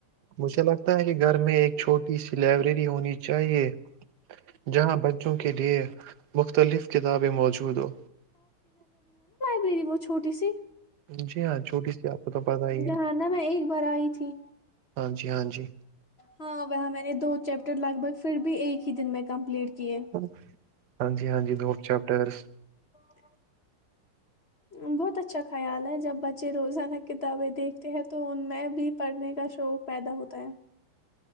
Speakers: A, on the right (about 60°); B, on the left (about 45°).
A: مجھے لگتا ہے کہ گھر میں ایک چھوٹی سی لائبریری ہونی چاہیے جہاں ب وں کے لیئے مختلف کتابیں موجود ہو
B: میری وہ چھوٹی سی
A: جی ہاں چھوٹی سی آپ کو تو پت ہی
B: جہاں
A: ہے
B: نا میں ایک بار آئی تھی
A: ہاں جی ہاں جی
B: ہاں وہ میں نے دو چیپٹر لگ بھگ پھر بھی ایک ہی دن میں کمپلیٹ کیے
A: ہاں ہاں ج ہاں ج دو چیپٹرس
B: ا <inaudible> بہت اچھا خیال ہے جب بچے روزان کتابیں دیکھتے ہیں تو تو ان میں بھی پڑھنے کا شوق پیدا ہوتا ہے